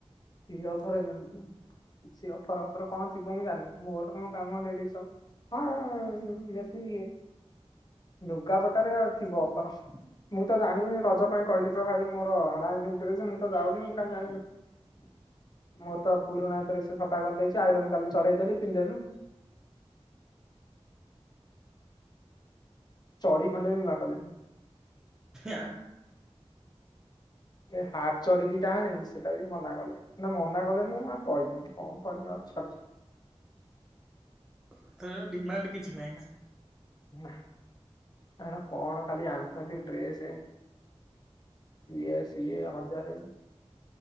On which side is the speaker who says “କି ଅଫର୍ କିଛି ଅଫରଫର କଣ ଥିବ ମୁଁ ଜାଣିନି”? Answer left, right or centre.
Left